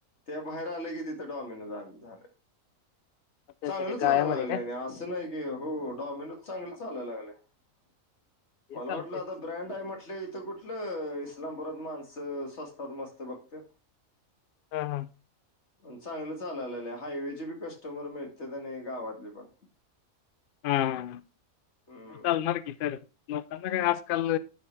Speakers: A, on the left; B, on the left.
A: त्या बाहेर आले की तिथं डॉमिनोज झाल.
B: अच्छा
A: चांगलं
B: अच्छा ते
A: चालालागलय
B: गाळ्यामध्ये काय?
A: आणि असं नाही, कि हो डॉमिनो चांगले चालालागलय. ह
B: ते
A: <unintelligible> मला
B: चालतंय.
A: वाटलं आता ब्रँड आहे म्हटल. कुठलं इस्लामपुरात माणसं स्वस्तात मस्त बघत्यात.
B: हां हां.
A: पण चांगलं चालालय हायवे. कस्टमर मिळत्यात आणि गावातले पण
B: हम्
A: हम्म
B: चालणार की तर लोकांना काय आजकाल